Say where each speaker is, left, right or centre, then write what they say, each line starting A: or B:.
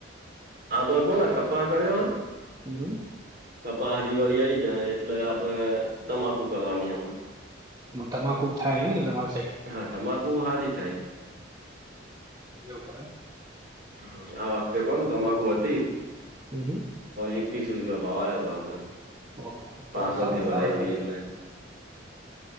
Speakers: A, on the right (about 50°); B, on the right (about 20°).
A: આપડે કોના કપા કર્યો હે.
B: હમ હમ.
A: કપા આ દિવાળી આઈ જહે એટલે આપડે તમાકુ કરવાની અમાં.
B: હ તમાકુ થાય ઇમ ને તમારી સાઈડ.
A: હા તમાકુ હારી થાય.
B: એ ઉપર.
A: હમ્મ આ વખતે પણ તમાકુ હતી.
B: હમ હમ.
A: એકવીસ સુધી બાપા આવ્યા તો આપડે.
B: ઓહો
A: પાર્સલ
B: તો સારો
A: થી ભરાઈ
B: સારો આવ્યો.
A: તી એટલે